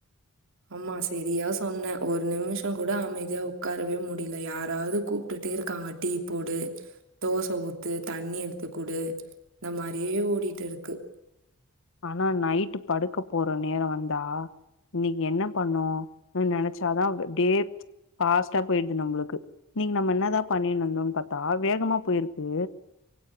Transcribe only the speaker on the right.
ஆமா செரியா சொன்னே ஒரு நிமிஷ கூட அமைதியா உக்காரவே முடில யாராவது கூப்டுட்டே இருக்காங்க டீ போடு தோச ஊத்து தண்ணி எடுத்து குடு இந்த மாரியே ஓடிட்டு இருக்கு